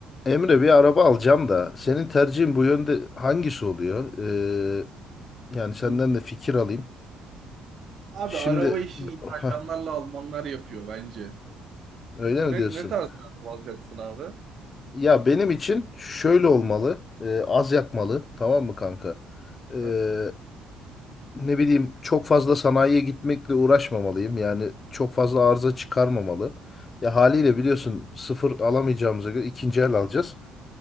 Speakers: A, on the left; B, on the right.
A: Emre bir araba alacağım da senin tercihin bu yönde hangisi oluyor? Ee, yani senden
B: Hı.
A: de fikir alayım.
B: Abi
A: Şimdi
B: araba işini İtalyanlarla
A: Hah,
B: Almanlar yapıyor bence.
A: öyle mi
B: Ne,
A: diyorsun?
B: ne tarz bir araba alacaksın abi?
A: Ya benim için şöyle olmalı. e, az yakmalı tamam mı kanka? Ee,
B: Ha?
A: ne bileyim çok fazla sanayiye gitmekle uğraşmamalıyım. Yani çok fazla arıza çıkarmamalı. Ya haliyle biliyorsun sıfır alamayacağımıza göre ikinci el alacağız.